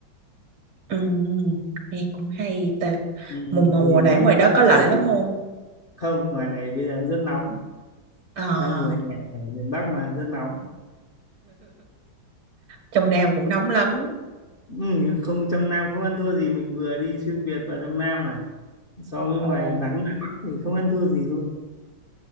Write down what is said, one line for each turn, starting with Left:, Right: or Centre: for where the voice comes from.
Right: ừm, nghe cũng hay ta.
Left: Ừm,
Right: Mùa mà
Left: thì
Right: mùa
Left: nó
Right: này ở ngoài
Left: được
Right: đó có lạnh
Left: cảnh
Right: lắm không?
Left: không ngoài này bây giờ rất nóng
Right: À,
Left: đang mùa hè ở miền Bắc mà rất nóng
Right: trong Nam cũng nóng lắm.
Left: Ừm, không trong Nam không ăn thua gì mình vừa đi xuyên Việt vào trong Nam mà so với
Right: Ồ,
Left: ngoài nắng ngoài Bắc thì không ăn thua gì luôn